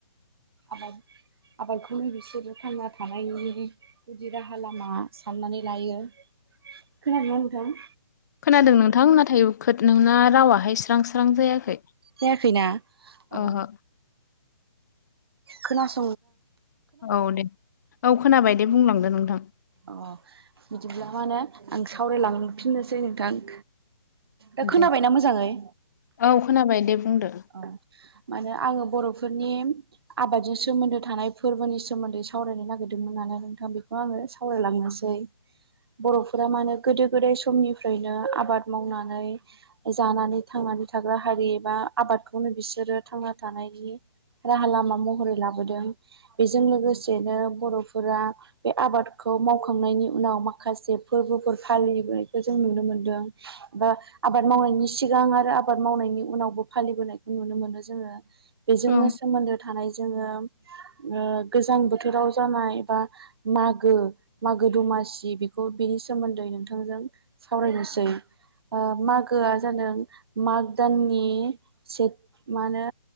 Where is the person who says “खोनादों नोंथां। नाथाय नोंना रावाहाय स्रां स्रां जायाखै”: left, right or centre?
Left